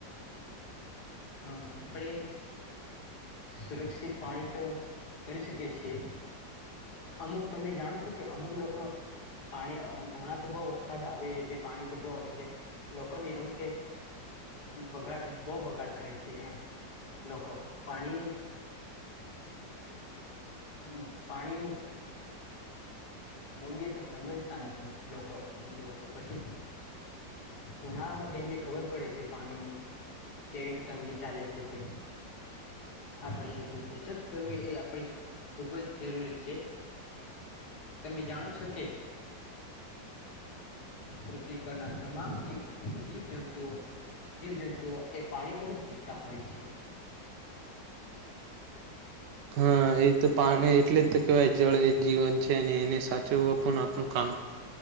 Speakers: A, on the left (about 60°); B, on the right (about 75°).
A: આપડે સુરક્ષિત પાણી તો કરી શકીએ છીએ અમુક તમે જાણો છો કે અમુક લોકો પાણી હમણાં તો બઉ વરસાદ આવે એટલે પાણી તો બઉ એટલે લોકોને એવું કે બગાડ બહ બગાડ કરે છે એમ લોકોખ પાણીની હ પાણી ની મૂલ્ય તો સમજતા નથી લોકો અમુક લોકો પછી ઉનાળમાં તેમને ખબર પડે છે પાણીની કેવી તંગી ચાલે છે તે આપણેે એટલી બચત કરવી એ પણ ખૂબ જ જરૂરી છે તમે જાણો છો કે પૃથ્વી પરના તમામ જીવ જીવ જંતુઓ જીવજંતુઓ એ પાણી પર જ જીવતા હોય છે
B: હા એ તો પાણી એટલે જ તો કેવાય જળ એ જીવન છે અને એને સાચવવા પણ આપણું કામ